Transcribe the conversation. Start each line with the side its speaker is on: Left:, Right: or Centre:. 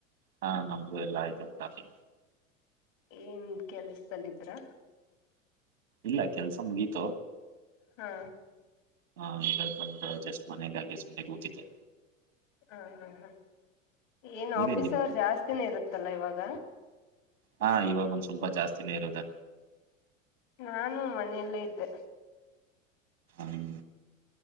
Right: ಹಾ ನಮಗು ಎಲ್ಲ ಆಯ್ತು ಕಾಫಿ
Left: ಏನ್ ಕೆಲ್ಸದಲ್ಲಿದ್ರ
Right: ಇಲ್ಲ ಕೆಲ್ಸ ಮುಗೀತು
Left: ಹಾ
Right: ಹಾ ಇವಾಗ ಬಂದ ಜಸ್ಟ್ ಮನೆ ಅಂಗೆ ಸುಮ್ನೆ ಕೂತಿದ್ದ
Left: ಹಾ ಹಾ ಹಾ ಏನ್
Right: ನೀವೆಲ್ಲಿದ್ರಿ
Left: ಆಫೀಸ್ ಅವರ್ ಜಾಸ್ತಿನ ಇರುತ್ತಲ್ಲ ಇವಾಗ
Right: ಹಾ ಇವಾಗ ಒಂದ್ ಸ್ವಲ್ಪ ಜಾಸ್ತಿನೆ ಇರುತ್ತೆ.
Left: ನಾನು ಮನೆಯಲ್ಲೇ ಇದ್ದೆ.
Right: ಹ್ಮ